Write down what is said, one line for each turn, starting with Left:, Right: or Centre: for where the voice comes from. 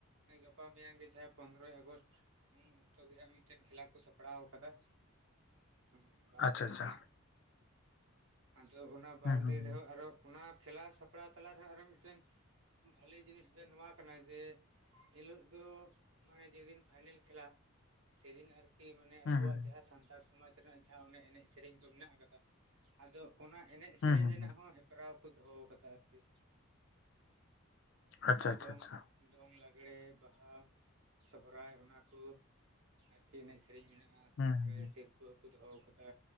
Right: ᱦᱮᱸ ᱜᱟᱯᱟ ᱢᱮᱭᱟᱝ ᱜᱮ ᱡᱟᱦᱟᱸᱭ ᱯᱚᱱᱫᱽᱨᱚᱭ ᱟᱜᱚᱥᱴ ᱩᱱ ᱚᱠᱛᱚ ᱜᱮ ᱦᱟᱸᱜ ᱢᱤᱫᱴᱮᱱ ᱠᱷᱮᱞᱟ ᱠᱚ ᱥᱟᱯᱲᱟᱣ ᱠᱟᱫᱟ ᱾ ᱦᱮᱸ ᱵᱟᱨ
Left: ᱟᱪᱪᱷᱟ
Right: ᱫᱤᱱ
Left: ᱟᱪᱪᱷᱟ
Right: ᱨᱮᱱᱟᱜ, ᱟᱫᱚ ᱚᱱᱟ ᱵᱟᱨ
Left: ᱦᱩᱸ ᱦᱩᱸ
Right: ᱫᱤᱱ ᱨᱮᱦᱚᱸ ᱟᱨᱚ ᱚᱱᱟ ᱠᱷᱮᱞᱟ ᱥᱟᱯᱲᱟᱣ ᱛᱟᱞᱟ ᱨᱮᱦᱚᱸ ᱟᱨᱚ ᱢᱤᱫᱴᱮᱱ ᱵᱷᱟᱞᱮ ᱡᱤᱱᱤᱥ ᱫᱚ ᱱᱚᱣᱟ ᱠᱟᱱᱟ ᱡᱮ ᱤᱱ ᱦᱤᱞᱳᱜ ᱫᱚ ᱢᱟᱱᱮ ᱡᱮᱫᱤᱱ ᱯᱷᱟᱭᱱᱮᱞ ᱠᱷᱮᱞᱟ ᱥᱮᱫᱤᱱ ᱟᱨ ᱠᱤ ᱢᱟᱱᱮ
Left: ᱦᱩᱸ
Right: ᱟᱵᱚᱣᱟᱜ
Left: ᱦᱩᱸ
Right: ᱡᱟᱦᱟᱸ ᱥᱟᱱᱛᱟᱲ ᱥᱚᱢᱟᱡᱽ ᱨᱮᱱᱟᱜ ᱡᱟᱦᱟᱸ ᱚᱱᱮ ᱮᱱᱮᱡ ᱥᱮᱨᱮᱧ ᱠᱚ ᱢᱮᱱᱟᱜ ᱟᱠᱟᱫᱟ᱾ ᱟᱫᱚ ᱚᱱᱟ ᱮᱱᱮᱡ ᱥᱮᱨᱮᱧ
Left: ᱦᱩᱸ ᱦᱩᱸ
Right: ᱨᱮᱱᱟᱜ
Left: ᱦᱩᱸ
Right: ᱦᱚᱸ ᱦᱮᱯ ᱯᱨᱟᱣ ᱠᱚ ᱫᱚᱦᱚᱣ ᱟᱠᱟᱫᱟ ᱟᱨᱠᱤ᱾
Left: ᱟᱪᱪᱷᱟ ᱟᱪᱪᱷᱟ
Right: ᱫᱚᱝ
Left: ᱟᱪᱪᱷᱟ
Right: ᱫᱚᱝ ᱞᱟᱜᱽᱬᱮ, ᱵᱟᱦᱟ, ᱥᱚᱦᱨᱟᱭ ᱚᱱᱟ ᱠᱚ ᱟᱨᱠᱤ ᱮᱱᱮᱡ ᱥᱮᱨᱮᱧ ᱢᱮᱱᱟᱜᱼᱟ᱾ ᱟ
Left: ᱦᱩᱸ
Right: ᱚᱱᱟᱨᱮ
Left: ᱦᱩᱸ
Right: ᱥᱤᱨᱯᱟᱹ ᱦᱚᱠᱚ ᱫᱚᱦᱚ ᱟᱠᱟᱫᱟ